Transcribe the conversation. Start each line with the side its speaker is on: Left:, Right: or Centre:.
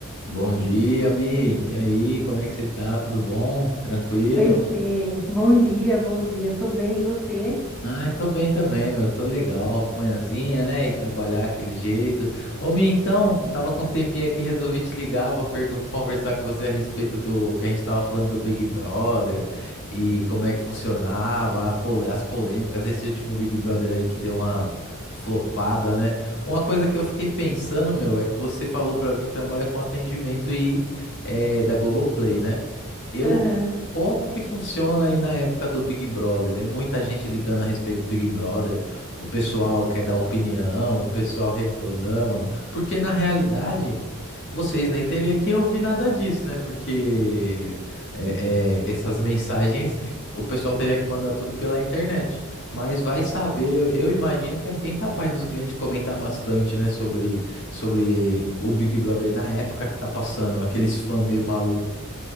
Left: Bom dia, Mi. E aí, como é que você tá? Tudo bom? Tranquilo?
Centre: Oi, Fê. Bom dia, bom dia. Tô bem, e você?
Left: Ai, tô bem também, meu. Tô legal. Manhãzinha, né? E trabalhar aquele jeito. Ô, Mi, então, eu tava com um tempinho aqui, resolvi te ligar pra perguntar, conversar com você a respeito do que a gente tava falando do Big Brother e como é que funcionava, a pole- as polêmicas, esse último Big Brother aí que deu uma flopada, né? Uma coisa que eu fiquei pensando, meu, é que você falou pra mim que trabalha com atendimento e é, da Globoplay, né? Eu
Centre: Aham.
Left: como que funciona aí na época do Big Brother? É muita gente ligando a respeito do Big Brother. O pessoal quer dar opinião, o pessoal reclama. Porque na realidade, vocês nem teriam que ouvir nada disso, né? Porque é, é, essas mensagens o pessoal teria que mandar tudo pela internet. Mas vai saber, eu imagino que é bem capaz dos clientes comentar bastante, né? Sobre, sobre o Big Brother na época que tá passando, aqueles fãs meio maluco.